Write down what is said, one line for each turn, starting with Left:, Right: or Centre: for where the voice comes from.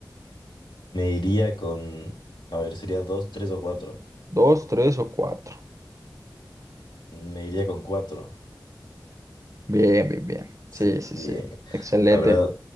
Left: Me iría con, a ver, sería dos, tres o cuatro.
Right: Dos, tres o cuatro.
Left: Me iría con cuatro.
Right: Bien, bien, bien.
Left: Sí,
Right: Sí, sí,
Left: bien.
Right: sí. Excelente.
Left: La verdad,